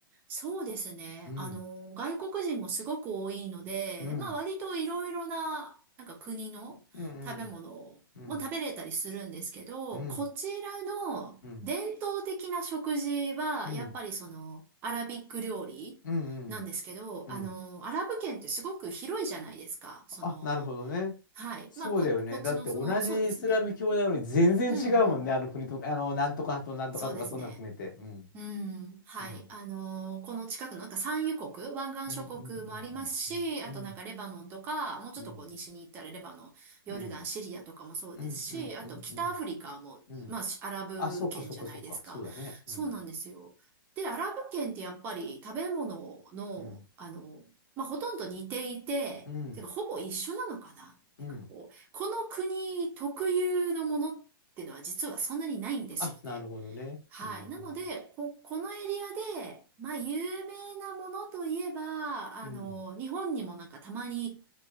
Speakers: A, on the right; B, on the left.
A: そうですね。
B: うん、
A: あの、外国人もすごく多いので、
B: うん、
A: まあ割といろいろな、なんか国の食べ物
B: うん、うん、うん、
A: も食べれたりするんですけど、
B: うん、
A: こちらの伝統的な食事は、
B: うん、うん、
A: やっぱりその、アラビック料理なんですけど、
B: うん、うん。
A: あの、アラブ圏ってすごく広いじゃないですか。その、
B: あ、なるほどね。
A: はい。
B: そうだよね。
A: まあ、こ、こっちのその、
B: だって、同じイスラム教なのに、
A: そうですね。
B: 全然違うもんね。
A: うんうん。
B: あの国とか、あの、なんとかとなんとかとか、
A: そうですね。
B: そんなの含めて。うん、
A: うん、はい。
B: うん、
A: あのーこの近くのなんか産油国、湾岸諸国もありますし、
B: うん、うん、うん、
A: あとなんかレバノンとか、
B: うん、
A: もうちょっとこう西に行ったらレバノン、
B: うん、うん。
A: ヨルダン、
B: うん
A: シリアとかもそうですし、
B: うんうんうんうん
A: あと北アフリカも、
B: うん
A: まあアラブ圏じゃないですか。
B: あ、そっかそっかそっか、そうだね。
A: そうなんですよ。
B: うん。
A: で、アラブ圏ってやっぱり食べ物の、
B: うん。
A: あの、まあほとんど似ていて、
B: うん。
A: てかほぼ一緒なのかな。
B: うん。
A: なんかこう、この国特有のものってのは実はそんなにないんですよね。
B: あ、なるほどね。
A: はい。
B: うん。
A: なので、
B: うん。
A: こ、このエリアで、まあ、有名なものといえば、あの、
B: うん。
A: 日本にもなんかたまに